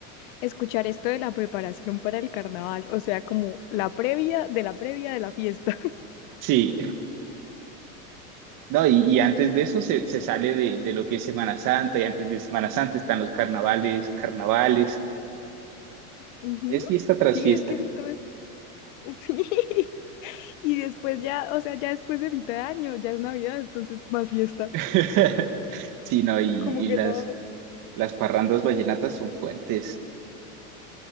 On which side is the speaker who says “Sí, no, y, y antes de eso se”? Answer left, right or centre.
Right